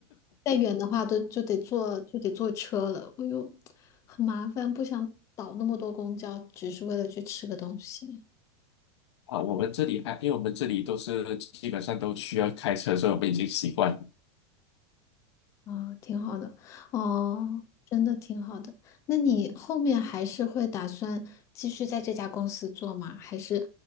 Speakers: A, on the left; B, on the left.
A: 再远的话都就得坐就得坐车了，我又很麻烦，不想倒那么多公交，只是为了去吃个东西
B: 啊。我们这里还因为我们这里都是基本上都需要开车，所以我们已经习惯了。
A: 啊，挺好的哦，真的挺好的。那你后面还是会打算继续在这家公司做吗？还是